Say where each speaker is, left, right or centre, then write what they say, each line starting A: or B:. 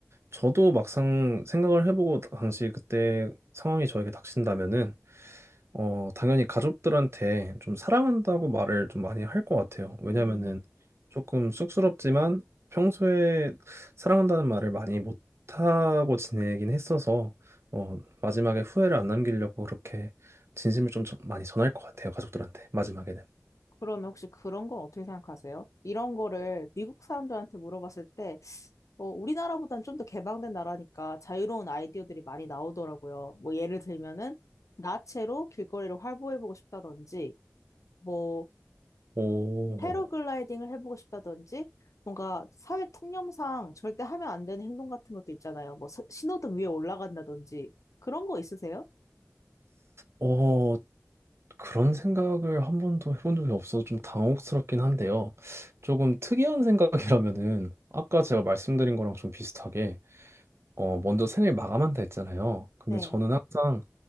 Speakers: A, on the right; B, on the left.
A: 저도 막상 생각을 해보고 당시 그때 상황이 저에게 닥친다면은 어, 당연히 가족들한테 좀 사랑한다고 말을 좀 많이 할 것 같아요. 왜냐면은
B: 음,
A: 조금 쑥스럽지만 평소에 사랑한다는 말을 많이 못하고 지내긴 했어서 어, 마지막에 후회를 안 남기려고 그렇게 진심을 좀 전- 많이 전할 것 같아요. 가족들한테 마지막에는.
B: 그러면 혹시 그런 건 어떻게 생각하세요? 이런 거를 미국 사람들한테 물어봤을 때, 어, 우리나라보단 좀 더 개방된 나라니까 자유로운 아이디어들이 많이 나오더라고요. 뭐 예를 들면은 나체로 길거리를 활보해보고 싶다든지, 뭐
A: 오,
B: 패러글라이딩을 해보고 싶다든지 뭔가 사회 통념상 절대 하면 안 되는 행동 같은 것도 있잖아요. 뭐 서- 신호등 위에 올라간다든지 그런 거 있으세요?
A: 어, 그런 생각을 한 번도 해본 적이 없어서 좀 당혹스럽긴 한데요. 조금 특이한 생각이라면은 아까 제가 말씀드린 거랑 좀 비슷하게 어, 먼저 생을 마감한다 했잖아요. 근데
B: 네.
A: 저는 항상